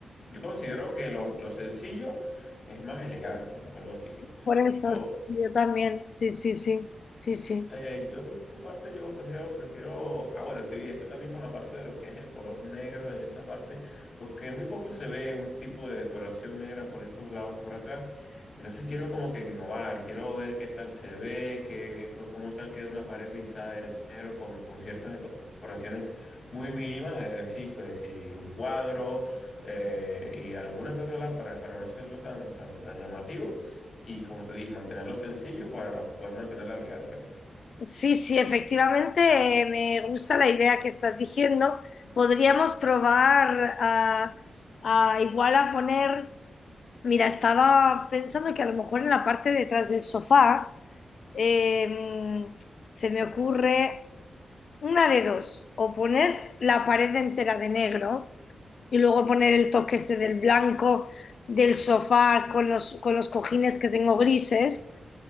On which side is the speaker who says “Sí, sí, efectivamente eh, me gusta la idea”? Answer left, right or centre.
Left